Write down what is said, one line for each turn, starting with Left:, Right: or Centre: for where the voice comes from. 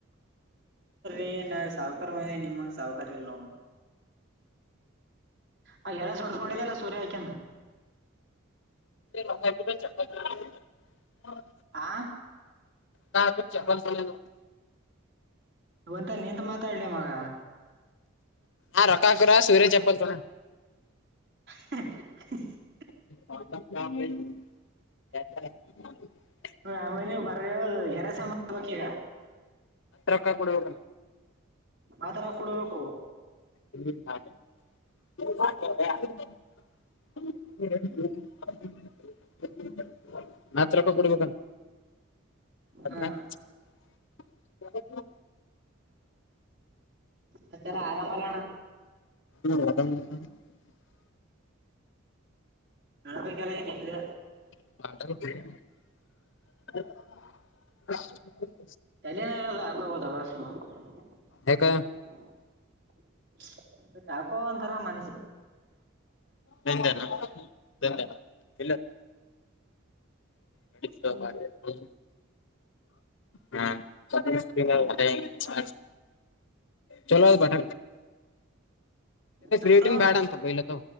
Right: ಇೀ ನಾವ ಸಾಾವಕಾರ ಮಾಡ ನಿಮಂಗ ಸಾಾವಕಾರಿ ಇಲ್ ನೋ ಅ ಎಲ್ಲ ಸಡ್ಸ್ಕೊಂಡಿದಲ್ಲ ಸೂರ್ಯ ಆಯಕ್ಯನ
Left: ಲಂಗಕರ ಚ <unintelligible>
Right: ಹಾ
Left: ಕಾು ಚ ಬ ಸ <unintelligible>
Right: ಹಂತ ನಿಂತು ಮಾತಾಡ್ಲ ಮಗ
Left: ಆ ರೊಕ್ಕಕುರ ಸೂರ್ಯ ಚಪ್ಪಲ್ಡ
Right: ಹ <unintelligible>
Left: ಸ <unintelligible>
Right: ಆಮೇನೀಗ ಬರ ಗೆರಸ ಮಾಡಬೇಕ ಈಗ.
Left: ರಕ್ಕಾ ಕೊಡಬೇಕ.
Right: ಆದರ ಕೊಡ್ಬೇಕು
Left: ಹ್ಮ್ ಹಾಗ <unintelligible> ಹ್ಮ <unintelligible> ನತ್ರಕ್ಕ <unintelligible> ಕೊಡ್ಬೇಕಂತ ಅ <unintelligible>
Right: ಹ ಮತ್ತರ <unintelligible> ಆರಾಮರ
Left: ಹ <unintelligible>
Right: ನಡ್ಬೇಕೆಲ್ಲ ಹೇಗಿದ್ರೆ
Left: ಹ <unintelligible>
Right: ಕಲ್ಲಿನರದ ಆಕದ ಬ <unintelligible>
Left: ಯಾಕ
Right: ಯಾಕೋ ಒಂತಥರ ಮನ್
Left: ನಂದನಾ <unintelligible> ನಂದ ಇಲ್ಲ ನಡಸ್ತ ಬ <unintelligible> ಹ್ಮ <unintelligible> ಚಲೋ ಆದು ಬಟ
Right: ಸಂತು
Left: ರೇಟಿನ್ ಭ್ಯಾಡ ಅಂತ ಪಲ